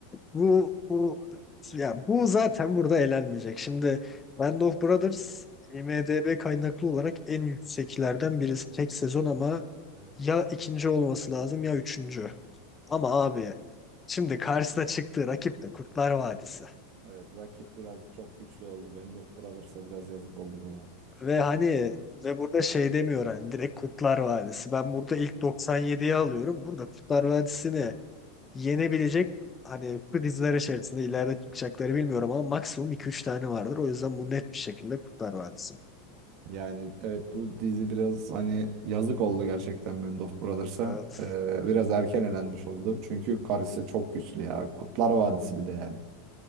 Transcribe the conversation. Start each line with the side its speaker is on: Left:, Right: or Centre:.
Left: Bu bu ya bu zaten burada eğlenmeyecek. Şimdi Band of Brothers IMDb kaynaklı olarak en yükseklerden birisi tek sezon ama
Right: <laughs>
Left: ya ikinci olması lazım ya üçüncü. Ama abi şimdi karşısına çıktığı rakip de Kurtlar Vadisi.
Right: Evet rakip biraz çok güçlü oldu. Band of Brothers'a biraz yazık oldu burada.
Left: Ve hani ve burada şey demiyor hani direkt Kurtlar Vadisi. Ben burada ilk 97'yi alıyorum. Burada Kurtlar Vadisi'ni yenebilecek hani bu içerisinde ileride çıkacakları bilmiyorum ama maksimum iki üç tane vardır. O yüzden bu net bir şekilde Kurtlar Vadisi.
Right: Yani evet bu dizi biraz hani yazık oldu gerçekten Band of Brothers'a.
Left: Evet.
Right: Ee, biraz erken elenmiş oldu. Çünkü karşısı çok güçlü ya. Kurtlar Vadisi bir de yani.